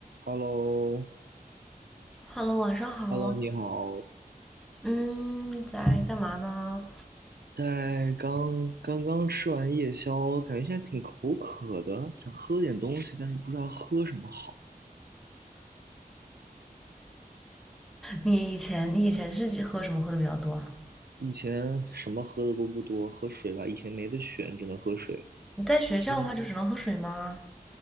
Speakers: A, on the right; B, in the centre.
A: Hello，
B: Hello，晚上好。
A: Hello，你好，
B: 嗯，在干嘛呢？
A: 在刚刚刚吃完夜宵，感觉现在挺口渴的，想喝点东西，但是不知道喝什么好。
B: 你以前你以前是喝什么喝的比较多啊？
A: 以前什么喝的都不多，喝水吧，以前没得选，只能喝水。
B: 你在学校的话就只能喝水吗？
A: 现